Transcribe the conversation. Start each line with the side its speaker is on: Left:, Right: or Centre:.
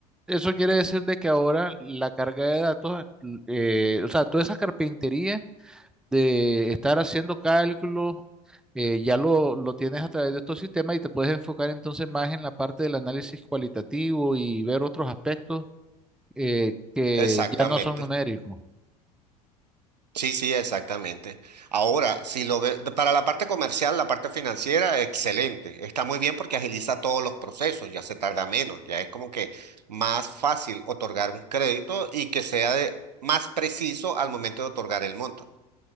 Centre: eso quiere decir de que ahora la carga de datos, eh, o sea, toda esa carpintería de estar haciendo cálculos, eh, ya lo, lo tienes a través de estos sistemas y te puedes enfocar entonces más en la parte del análisis cualitativo y ver otros aspectos eh, que
Right: exactamente.
Centre: ya no son numéricos.
Right: Sí, sí, exactamente. Ahora, si lo ve, de- para la parte comercial, la parte financiera, excelente. Está muy bien porque agiliza todos los procesos, ya se tarda menos, ya es como que más fácil otorgar un crédito y que sea de- más preciso al momento de otorgar el monto.